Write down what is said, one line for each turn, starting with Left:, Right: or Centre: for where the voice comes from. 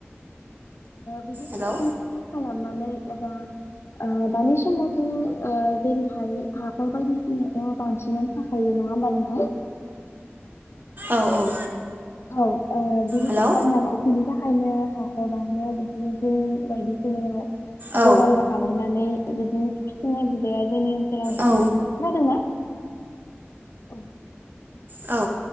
Left: बिदि फार्म
Right: हेलौ
Left: <unintelligible> खालामनानै एबा दानि समावथ' जेरैहाय हाखर बायदिसिनायाथ' बांसिनानो थाखायो नङा होमबा नोंथां?
Right: औ औ
Left: औ बिनि
Right: हेलौ
Left: थाखाय नालाय बिनि थाखायनो हाखौ <unintelligible> बायदिसिनायाव
Right: औ
Left: गराल बानायनानै बिदि फिसिनाय हुदाया जोंनि ओनसोलाव दङ
Right: औ
Left: आरो ना खोनादों ना? औ
Right: औ